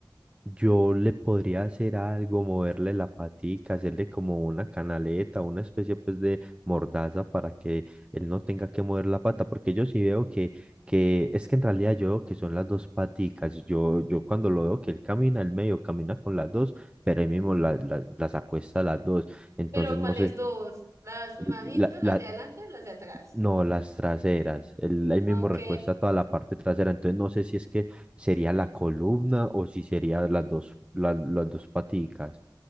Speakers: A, on the right (about 15°); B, on the right (about 40°).
A: Yo le podría hacer algo, moverle la patica, hacerle como una canaleta, una especie pues de mordaza para que él no tenga que mover la pata, porque yo sí veo que, que es que en realidad yo veo que son las dos paticas, yo, yo cuando lo veo que él camina, él medio camina con las dos, pero él mismo la- la- las acuesta a las dos, entonces
B: Pero
A: no
B: ¿cuáles
A: sé,
B: dos? ¿Las manitos,
A: la,
B: las
A: la,
B: de adelante, las de atrás?
A: no, las traseras. El, ahí mismo
B: Ok.
A: recuesta toda la parte trasera. Entonces no sé si es que sería la columna o si serían las dos, la- las dos paticas.